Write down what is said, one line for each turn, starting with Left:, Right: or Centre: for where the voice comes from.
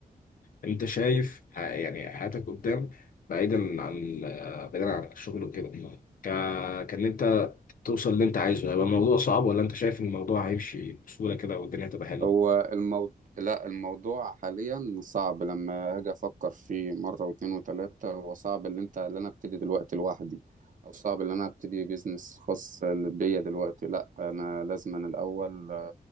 Left: انت شايف ح- يعني حياتك قدام بعيدا عن آه، بعيدا عن الشغل وكده ك... كان انت توصل اللي انت عايزه هيبقى الموضوع صعب ولا انت شايف ان الموضوع هيمشي بسهولة كده والدنيا هتبقى حلوة؟
Right: هو الموضوع لا الموضوع حاليا صعب لما أجي أفكر فيه مرة واتنين وتلاتة هو صعب اللي أنت اللي أنا أبتدي دلوقتي لوحدي أو صعب اللي أنا أبتدي بيزنس خاص بيا دلوقتي لا أنا لازم أنا الأول